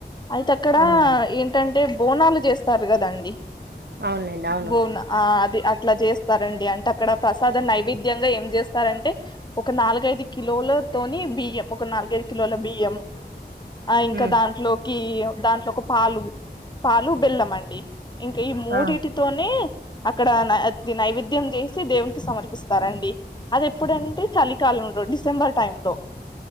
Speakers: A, on the left; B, on the right.
A: అయితే అక్కడ
B: అవును
A: ఏంటంటే బోనాలు చేస్తారు కదండి
B: అవునండి అవును
A: బోనా ఆ అదే అట్లా చేస్తారండి అంటే అక్కడ ప్రసాదం నైవేద్యంగా ఏం చేస్తారంటే ఒక నాలుగైదు కిలోలతోని బియ్యం ఒక నాలుగైదు కిలోల బియ్యం ఆ ఇంకా
B: ఉమ్
A: దాంట్లోకి ఈ దాంట్లో ఒక పాలు పాలు బెల్లం అండి ఇంకా ఈ మూడిటితోనే
B: ఆ
A: అక్కడ నత్ నైవేద్యం చేసి దేవుని సమర్పిస్తారండి అది ఎప్పుడుంటే చలికాలంలో డిసెంబర్ టైం లో